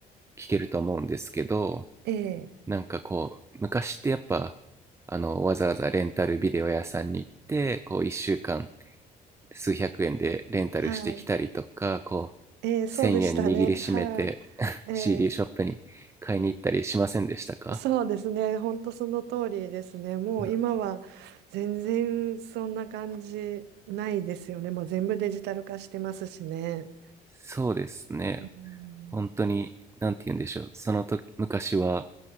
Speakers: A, on the right (about 15°); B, on the right (about 85°).
A: 聴けると思うんですけど、
B: ええ
A: なんかこう、昔ってやっぱ、あの、わざわざレンタルビデオ屋さんに行って、こう、1週間数百円でレンタルしてきたりとかこう
B: はい。えー、そうでしたね。
A: 1,000円握りしめて
B: は
A: <laughs>
B: い、
A: CD
B: え
A: ショップに買いに行ったりしませんでしたか、
B: ー、そうですね。本当その通りですね。もう今は全然そんな感じないですよね。
A: うん
B: もう全部デジタル化してますしね。
A: そうですね
B: うん、
A: 本当に何て言うんでしょうその時昔は